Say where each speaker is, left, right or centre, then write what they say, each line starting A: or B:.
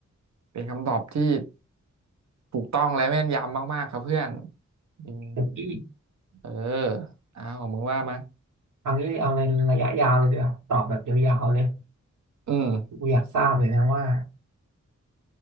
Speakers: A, on the right (about 65°); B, on the right (about 85°).
A: เป็นคำตอบที่ถูกต้องและแม่นยำมากๆครับเพื่อนอืม
B: เดี๋ยวพี่
A: เอออ้าวมึงว่ามา
B: เอางี้เอาในระยะยาวเลยดีกว่าตอบแบบยาวๆเลย
A: อืม
B: กูอยากทราบเลยนะว่า